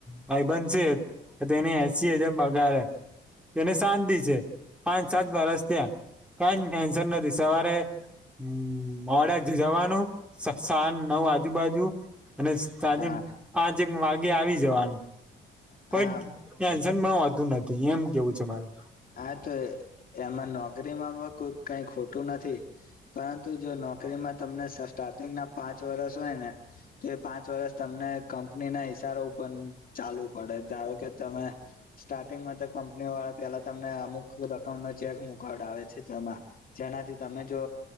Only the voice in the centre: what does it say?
ભાઈબન છે એને હેસી હજાર છે પગાર હે તેને શાંતિ છે, પાંચ સાત વર્ષ, ત્યાં કઈ ટેન્શન નથી સવારે હમ, મોડા જ જવાનું સા સાજ નવ આજુબાજુ અને સાંજે
પાંચેક વાગે આવી, જવાનું પણ
ટેન્શન પણ વધતુ નથી, એમ કેવું છે મારું